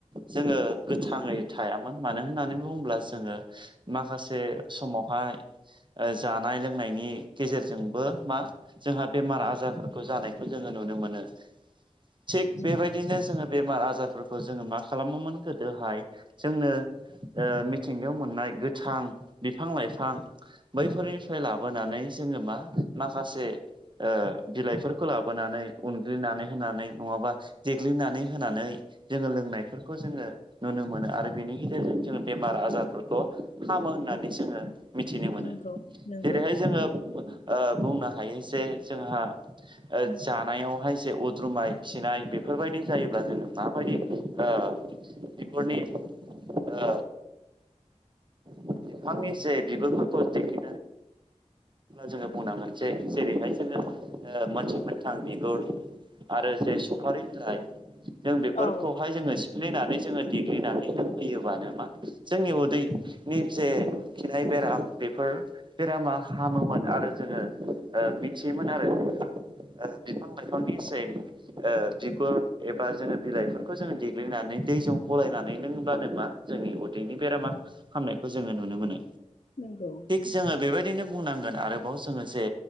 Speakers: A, on the right; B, on the left.
A: जोङो गोथाङै थायामोन मानो होननानै बुङोब्ला जोङो माखासे समावहाय जानाय लोंनायनि गेजेरजोंबो मा जोंहा बेमार आजारफोरखौ जानायखौ जोङो नुनो मोनो थिग
B: नंगौ
A: बेबायदिनो जोङो बेमार आजारफोरखौ जोङो मा खालामोमोन गोदोहाय जोंनो ओ मिथिंगायाव मोननाय गोथां बिफां लाइफां बैफोरनिफ्राय लाबोनानै जोङो मा माखासे ओ बिलाइफोरखौ लाबोनानै उनग्लिनानै होनानै नङाबा देग्लिनानै होनानै जोङो लोंनायफोरखौ जोङो नुनो मोनो आरो बेनि गेजेरजों जोङो बेमार आजारफोरखौ हामो होननानै जोङो मिथिनो मोनो
B: नंगौ नंगौ
A: जेरैहाय जोङो बुंनो हायो जे जोंहा ओ जानायावहाय जे उद्रुमाय खिनाय बेफोरबायदि जायोब्ला जोङो माबायदि आ बेफोरनि आ बिफांनि जे बिगुरफोरखौ देग्लि जोङो बुंनांगोन जे जेरैहाय जोङो मोनसे मोनथां बिगुर आरो जे सफारि बिलाइ जों बेफोरखौहाय
B: औ
A: जोङो सिफ्लेनानै जोङो देग्लिनानै लोंहोयोबानो मा जोंनि उदै नि जे खिनाय बेराम बेफोर बेरामा हामोमोन आरो जोङो मिथियोमोन आरो बेखौ बिफां लाइफांनि सेम बिगुर एबा जोङो बिलाइफोरखौ जोङो देग्लिनानै दैजों गलायनानै लोंङोब्लानो मा जोंनि उदैनि बेरामा हामनायखौ जोङो नुनो मोनो
B: नंगौ
A: जोंङो बेबायदिनो बुंनांगोन आरोबाव जोंङो जे